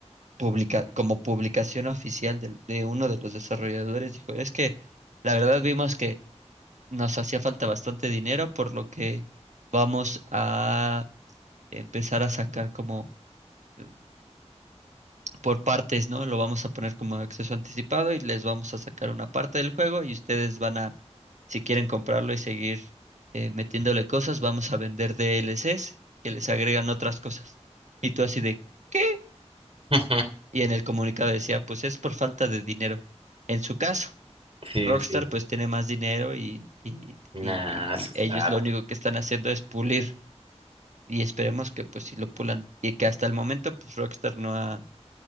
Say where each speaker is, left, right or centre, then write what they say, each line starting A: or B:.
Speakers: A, on the right; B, on the right.
A: publica, como publicación oficial del- de, uno de los desarrolladores, dijo, es que la verdad vimos que nos hacía falta bastante dinero, por lo que vamos a empezar a sacar como eh, por partes, ¿no? Lo vamos a poner como acceso anticipado y les vamos a sacar una parte del juego y ustedes van a, si quieren comprarlo y seguir eh, metiéndole cosas, vamos a vender DLCs que les agregan otras cosas. Y tú así de, ¿qué?
B: <laughs>
A: Y en el comunicado decía, pues es por falta de dinero. En su caso,
B: Sí,
A: Rockstar
B: sí.
A: pues tiene más dinero y, y,
B: Nah,
A: y- y
B: sí,
A: ellos
B: claro.
A: lo único que están haciendo es pulir. Y esperemos que pues si lo pulan y que hasta el momento pues Rockstar no ha,